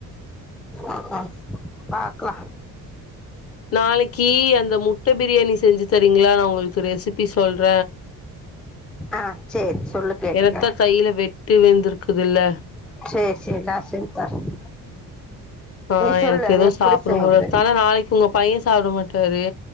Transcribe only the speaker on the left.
நாளைக்கி அந்த முட்ட பிரியாணி செஞ்சு தரிங்களா நா ஒங்களுக்கு ரெசுபி சொல்ற
எனத்தா கையில வெட்டு விழுந்திருக்குதுல்ல
ஆ,
எனக்கு
ஏதோ
சாப்ணு
போலருத் ஆனா நாளைக்கு உங்க பைய சாப்ட மாட் சரி